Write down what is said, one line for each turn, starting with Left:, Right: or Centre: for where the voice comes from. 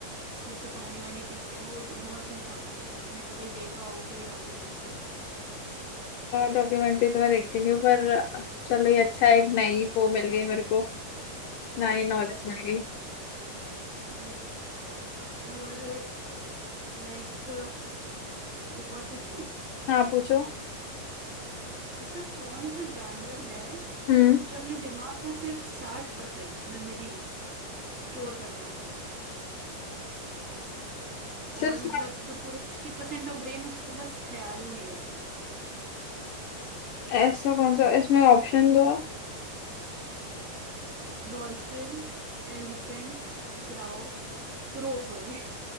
Right: जैसे पानी वानी पीते हैं वो बहुत पहचानते हैं आपने कभी देखा हो कोई डॉक्यूमेंट्री
Left: डॉक्यूमेंट्री तो मैं देखती नहीं हूँ पर अ, चलो ये अच्छा है एक नई वो मिल गई मेरे को नई नॉलेज
Right: हम्म
Left: मिल गई
Right: हम्म और लाइक एक और पूछूं
Left: हाँ पूछो
Right: ऐसा कौन सा जानवर है
Left: हम्म
Right: जो अपने दिमाग का सिर्फ साठ परसेंट मेमोरी स्टोर कर पाता है
Left: सिर्फ
Right: और मतलब जो पूरा सिक्सटी परसेंट ऑफ ब्रेन उसके बस ख्यालों में ही रहता है
Left: ऐसा कौन सा इसमें ऑप्शन दो
Right: <laughs> Dolphin elephant crow crow sorry